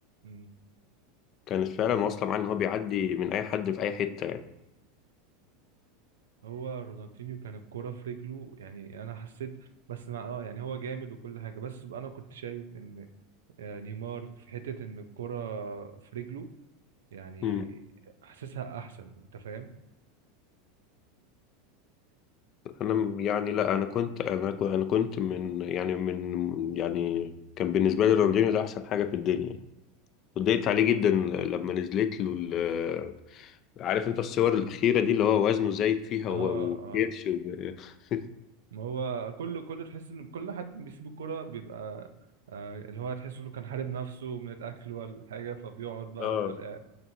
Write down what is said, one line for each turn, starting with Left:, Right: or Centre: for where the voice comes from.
Right: امم
Left: كانت فعلا واصلة معاه ان هو بيعدي من اي حد في اي حتة يعني
Right: هو رونالدينيو كان الكوره في رجله يعني انا حسيت بس مع اه يعني هو جامد وكل حاجه بس بقى انا كنت شايف ان آه، نيمار في حته ان الكوره في رجله يعني
Left: مم.
Right: حاسسها احسن انت فاهم
Left: انا م- يعني لا انا كنت انا كنت انا كنت من يعني من يعني كان بالنسبة لي رونالدينيو ده احسن حاجة في الدنيا يعني اتضايقت عليه جدا لما نزلت له ال- عارف انت الصور الاخيرة دي اللي هو وزنه زايد فيها
Right: اه
Left: و- وبيرش
Right: اه
Left: وب... <laughs>
Right: ما هو كل كل تحس ان كل حد بيسيب الكوره بيبقى آه اللي هو تحس انه كان حارب نفسه من الاكل ولا حاجه فبيقعد بقى
Left: اه
Right: يفضل قاعد